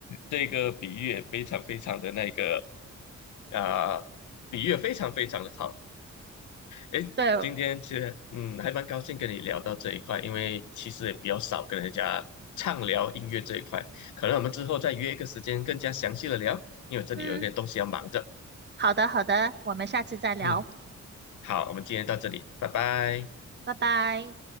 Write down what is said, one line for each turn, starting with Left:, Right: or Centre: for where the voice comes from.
Left: 这个比喻也非常非常的那个，啊、比喻也非常非常的好。诶，
Right: 对，
Left: 今天其实嗯，还蛮高兴跟你聊到这一块，因为其实也比较少跟人家畅聊音乐这一块，可能我们之后再约一个时间更加详细的聊，因为我这里有一个东西要忙着。
Right: 嗯，好的好的，我们下次再聊，
Left: 嗯，好，我们今天到这里，拜拜。
Right: 拜拜。